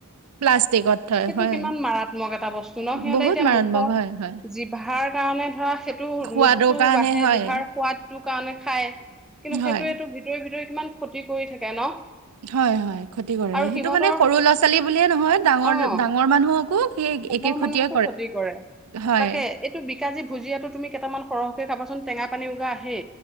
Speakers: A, on the right (about 80°); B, in the centre.
A: প্লাষ্টিকত থয়
B: সেইটো
A: হয়
B: কিমান মাৰাত্মক এটা বস্তু। সিহঁতে
A: বহুত
B: এতিয়া
A: মাৰাত্মক
B: মুখত
A: হয় হয়
B: জিভাৰ কাৰণে ধৰা সেইটো
A: সোৱাদৰ
B: লোভটো
A: কাৰণে
B: বাঢ়ে
A: হয়
B: জিভাৰ সোৱাদটো কাৰণে খাই কিন্তু
A: হয়
B: সেইটোৱেটো ভিতৰি ভিতৰি কিমান ক্ষতি কৰি থাকে ন'।
A: হয়-হয় ক্ষতি কৰে,
B: আৰু
A: সেইটো
B: সিহঁতৰ
A: মানে সৰু ল'ৰা-ছোৱালী বুলিয়ে নহয় ডাঙৰ
B: অ',
A: ডাঙৰ মানুহকো সেই একে
B: ডাঙৰ
A: ক্ষতিয়ে
B: মানুহকো ক্ষতি কৰে
A: হয়
B: তাকে এইটো বিকাজি ভুজিয়াটো তুমি কেইটামান সৰহকে খাবাচোন, টেঙা পানী উগাৰ আহে।